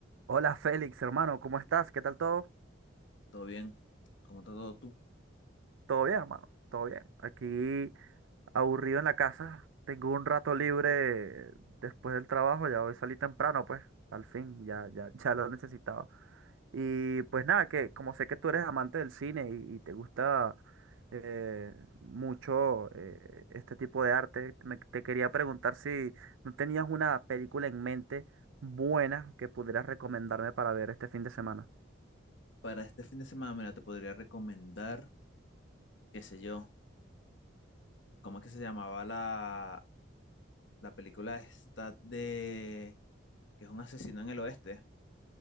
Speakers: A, on the right (about 80°); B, on the left (about 70°).
A: Hola Félix, hermano, ¿cómo estás? ¿Qué tal todo?
B: Todo bien, ¿cómo está todo tú?
A: ¿Todo bien, hermano? ¿Todo bien? Aquí aburrido en la casa. Tengo un rato libre después del trabajo, ya hoy salí temprano, pues, al fin, ya, ya, <laughs> ya lo necesitaba. Y pues nada, que como sé que tú eres amante del cine y, y te gusta eh, mucho eh, este tipo de arte, me- te quería preguntar si no tenías una película en mente buena que pudieras recomendarme para ver este fin de semana.
B: Para este fin de semana, mira, te podría recomendar, qué sé yo, ¿cómo es que se llamaba la, la película esta de, que es un asesino en el oeste,